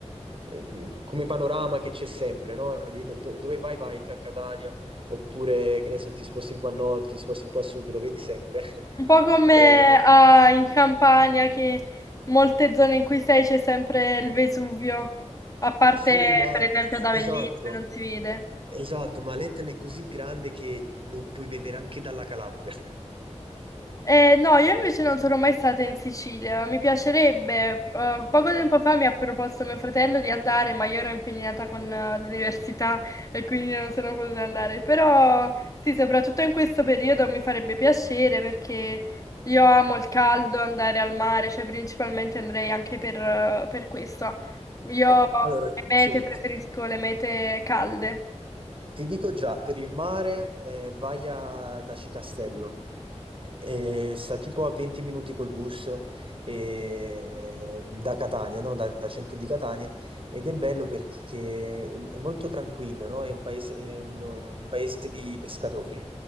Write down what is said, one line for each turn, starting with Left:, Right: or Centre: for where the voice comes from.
Right: eh, come panorama che c'è sempre, no? In- do- dove vai, vai in Catania, oppure che ne so, ti sposti un po' a nord, ti sposti un po' a sud, lo vedi sempre. <laughs>
Left: Un po' come
Right: Eh,
Left: ah, in Campania, che molte zone in cui sei c'è sempre il Vesuvio, a parte
Right: sì, ma
Left: per esempio ad Avellino
Right: esatto,
Left: che non si vede.
Right: esatto, ma l'Etna è così grande che lo puoi vedere anche dalla Calabria.
Left: Eh, no, io invece non sono mai stata in Sicilia, mi piacerebbe. Eh, poco tempo fa mi ha proposto mio fratello di andare, ma io ero impegnata con eh, l'università e quindi non sono potuta andare. Però sì, soprattutto in questo periodo mi farebbe piacere perché io amo il caldo, andare al mare, cioè principalmente andrei anche per, eh, per questo. Io
Right: Ah,
Left: come
Right: Allora,
Left: mete
Right: sì,
Left: preferisco le mete calde,
Right: Ti dico già, per il mare eh, vai a Daci Castello, Eh, sta tipo a 20 minuti col bus eh, da Catania, no? Da, da centro di Catania, ed è bello perché è molto tranquillo, no? È un paese, è un- un paese di pescatori,